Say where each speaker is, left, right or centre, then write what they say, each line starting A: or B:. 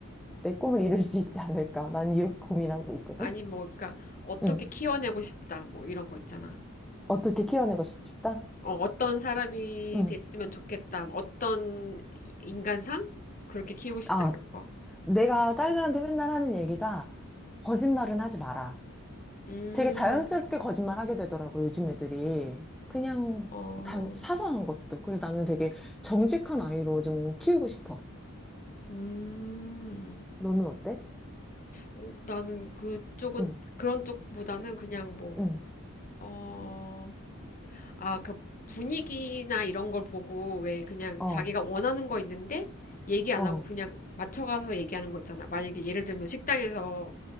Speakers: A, in the centre; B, on the left.
A: 내 꿈을 이룰 수 있지 않을까. 난 이렇게 고민하고 있거든.
B: 아니 뭐 그러니까 어떻게
A: 응,
B: 키워내고 싶다 뭐 이런 거 있잖아.
A: 어떻게 키워내고 싶다?
B: 어, 어떤 사람이
A: 응
B: 됐으면 좋겠다. 뭐 어떤 이- 인간상 그렇게 키우고 싶다
A: 아,
B: 이런 거.
A: 내가 딸들한테 맨날 하는 얘기가 거짓말은 하지 마라.
B: 음,
A: 되게 자연스럽게 거짓말하게 되더라고, 요즘 애들이. 그냥
B: 어,
A: 단 사소한 것도. 그래서 나는 되게 정직한 아이로 좀 키우고 싶어.
B: 음.
A: 너는 어때?
B: 어, 나는 그쪽은
A: 응,
B: 그런 쪽보다는 그냥 뭐
A: 응.
B: 어, 아, 그 분위기나 이런 걸 보고 왜 그냥
A: 어,
B: 자기가 원하는 거 있는데 얘기 안
A: 어,
B: 하고 그냥 맞춰가서 얘기하는 거 있잖아. 만약에 예를 들면 식당에서